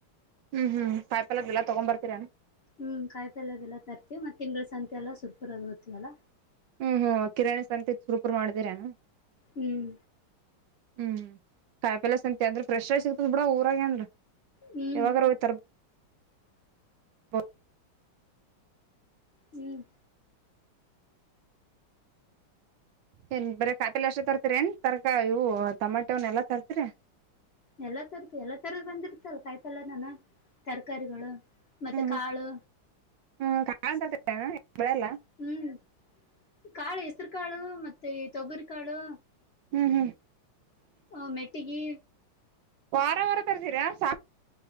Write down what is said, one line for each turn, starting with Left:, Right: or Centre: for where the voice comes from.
Right: ಹ್ಮ್ ಹ್ಮ್ ಪಾಯಪಲ್ಲಲ್ಲ ತಗೊಂಡೊ ಬರ್ತೀರ
Left: ಹ್ಮ್ ಕಾಯಿ ಪಲ್ಯ ಅದೆಲ್ಲ ತರ್ತಿೀವಿ ಮತ್ತೆ ತಿಂಗಳ ಸಂತೆ ಎಲ್ಲಾ ಸುರ್ಪುರ ಅದು ಓದ್ತವಲ್ಲಾ
Right: ಹ್ಮ್ ಹ್ಮ್ ಕಿರರಣಾಣಿ ಸಂತೆ ಸುರುೂಪುರ್ ಮಾಡಿದಿರನು
Left: ಹ್ಮ್
Right: ಹ್ಮ್ ಕಾಯಿ ಪಿಲಸ್ಂತೆ ಅಂದ್ರೆ ಫ್ರೆಶ್ ಆ ಸಿಗ್ತದ ಬಿಡ ಊರಾಗ ಅಂದ್ರ
Left: ಹ್ಞೂ
Right: ಯಾವಾಗ ರೋೋಗ್ತಾರ ಹ
Left: ಹ್ಮ್
Right: ಏನ್ ಬರ ಕಾಯಪಲಿ ಅಷ್ಟ ತರ್ತಿೀರಿ ಏನ್ ತರಕ ಇವು ಟಮಾಟೆ ಅವ್ನ್ ಎಲ್ಲಾ ತರ್ತೀರಿ
Left: ಎಲ್ಲಾ ತರದ ಎಲ್ಲಾ ತರದ ಬಂದಿರ್ತಲ್ಲ ಕಾಯಿ ಪಲ್ಯನನ ತರಕಾರಿಗಳು ಮತ್ತೆ
Right: ಹ್ಮ್ ಹ್ಮ್
Left: ಕಾಳು
Right: ಹ್ಮ್ ಕಾಳನ್ ತರ್ತೀರೇನ ಬೆಳೆಲ್ಲ
Left: ಹ್ಮ್ ಕಾಳು ಹೆಸರು ಕಾಳು ಮತ್ತೆ ಈ ತೊಗುರಿಕಾಳು
Right: ಹ್ಮ್ ಹ್ಮ್
Left: ಹ ಮೆಟ್ಟಿಗೆ
Right: ವಾರ ವಾರ ಕರ್ತೀರ ಸಾಕ